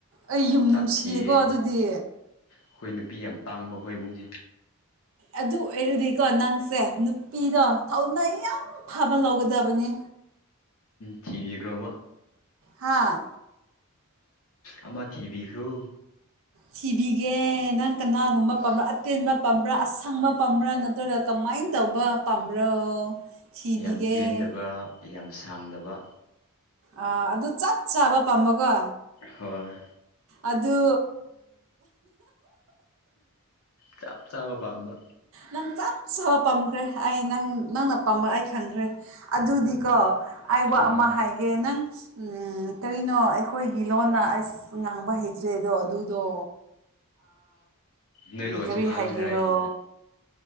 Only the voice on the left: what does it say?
ꯆꯥꯛ
ꯊꯤꯌꯦ
ꯑꯩꯈꯣꯏ ꯅꯨꯄꯤ ꯌꯥꯝ ꯇꯥꯡꯕ ꯑꯩꯈꯣꯏ ꯏꯃꯨꯡꯁꯦ
ꯊꯤꯕꯤꯈ꯭ꯔꯣꯕ
ꯑꯃ ꯊꯤꯕꯤꯈ꯭ꯔꯣ
ꯌꯥꯝ ꯇꯦꯟꯗꯕ ꯌꯥꯝ ꯁꯥꯡꯗꯕ
ꯍꯣꯏ
ꯆꯞ ꯆꯥꯕ ꯄꯥꯝꯕ
ꯑꯥ
ꯅꯣꯏ ꯂꯣꯟꯁꯨ
ꯈꯪꯉꯤꯗ
ꯑꯩ